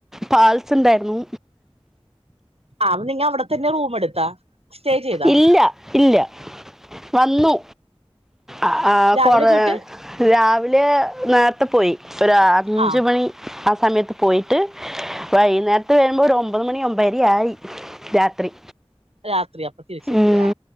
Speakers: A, in the centre; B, on the right.
A: പാൽസ് ഇണ്ടായിരുന്നു
B: ആഹ് നിങ്ങ അവിടെ തന്നെ റൂം എടുത്താ സ്റ്റേ ചെയ്താ
A: ഇല്ല ഇല്ല വന്നു ആഹ്
B: രാവിലെ
A: കൊറേ
B: പോയിട്ട്
A: രാവിലെ നേരത്തെ പോയി ഒരു അഞ്ചു
B: ആ
A: മണി ആ സമയത്ത് പോയിട്ട് വൈകുന്നേരത്ത് വരുമ്പോ ഒരു ഒമ്പത് മണി ഒമ്പരി ആയി രാത്രി
B: രാത്രി അപ്പ തിരിച്ചെത്തിയാ
A: ഉം